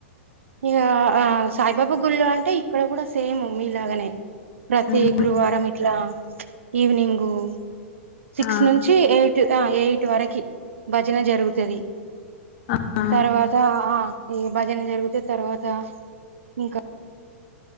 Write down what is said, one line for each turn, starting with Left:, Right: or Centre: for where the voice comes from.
Right: ఇగా ఆ సాయిబాబా గుళ్ళో అంటే ఇక్కడ కూడా సేమ్ మీలాగనే ప్రతి
Left: ఉమ్,
Right: గురువారం ఇట్లా ఈవినింగు సిక్స్
Left: ఆ,
Right: నుంచి ఎయిట్ ఎ ఎయిట్ వరకి భజన జరుగుతుంది
Left: ఆ,
Right: తర్వాత ఆ ఈ భజన జరిగితే తర్వాత ఇంకా